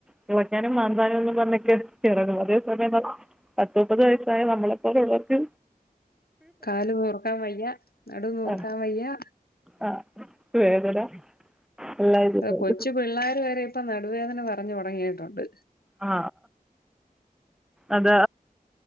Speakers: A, in the centre; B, on the left (about 85°).
A: <unintelligible> മാന്താനുംന്ന് പറഞ്ഞക്കെ <unintelligible> അതേ സമയം പത്ത മുപ്പത് വയസ്സായ നമ്മളെപ്പോള്ളർക്ക്‌
B: കാല് നോർക്കാൻ വയ്യ നടു നോർക്കാൻ
A: ആ
B: വയ്യ
A: ആ വേദന എല്ലാം ഇതുപോലെ
B: അ കൊച്ചു പിള്ളേർ വരെ ഇപ്പ നടുവേദന പറഞ്ഞു തുടങ്ങിയിട്ടുണ്ട്.
A: ആ അതാ